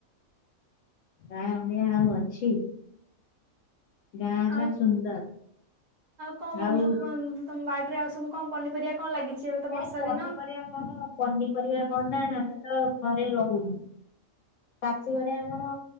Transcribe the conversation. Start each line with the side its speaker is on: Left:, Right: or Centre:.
Left: ନା ଭଇଆ ଆଉ ଅଛି ଗାଁ ହେଲା
Right: ଆଉ
Left: ସୁନ୍ଦର
Right: କଣ ବନ୍ଧୁ
Left: ଆଉ
Right: କୁହନ୍ତୁ ତମ ବାଡ଼ିରେ ଆଉ ସବୁ କଣ ପନିପରିବା କଣ ଲାଗିଛି ଏବେ ତ
Left: ନାଇଁ
Right: ବର୍ଷା ଦିନ
Left: <unintelligible> ପନିପରିବା କଣ ନା ଆମେ ତ ଘରେ ରହୁନୁ। ଶାଶୁ ଘରେ ଆମର